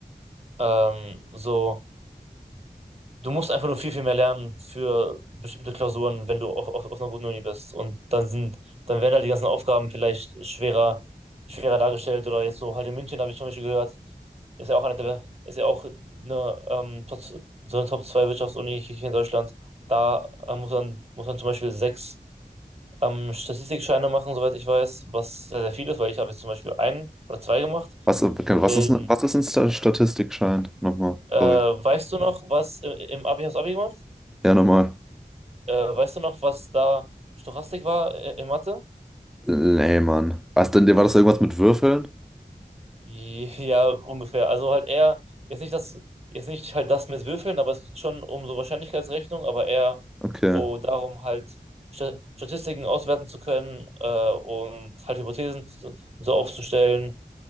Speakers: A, on the right; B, in the centre.
A: ähm, so. Du musst einfach nur viel, viel mehr lernen für bestimmte Klausuren, wenn du auf, auf, auf einer guten Uni bist. Und dann sind, dann werden halt die ganzen Aufgaben vielleicht schwerer, schwerer dargestellt oder jetzt so halt in München habe ich zum Beispiel gehört, ist ja auch eine der, ist ja auch eine, ähm, Top, so eine Top 2 Wirtschaftsuni hier in Deutschland. Da äh, muss man, muss man zum Beispiel sechs ähm, Statistikscheine machen, soweit ich weiß, was sehr, sehr viel ist, weil ich habe jetzt zum Beispiel einen oder zwei gemacht.
B: Was, okay, was
A: Ähm,
B: ist, was ist ein Sta- Statistikschein? Nochmal,
A: äh, weißt
B: sorry.
A: du noch, was äh, im Abi hast du Abi gemacht?
B: Ja, nochmal.
A: Äh, weißt du noch, was da Stochastik war äh, in Mathe? <laughs>
B: Nee, Mann. Was denn, war das irgendwas mit Würfeln?
A: Ja, ungefähr. Also halt eher, jetzt nicht das, jetzt nicht halt das mit Würfeln, aber es geht schon um so Wahrscheinlichkeitsrechnung, aber eher
B: Okay,
A: oh, darum halt Sta- Statistiken auswerten zu können äh, und halt Hypothesen zu, so aufzustellen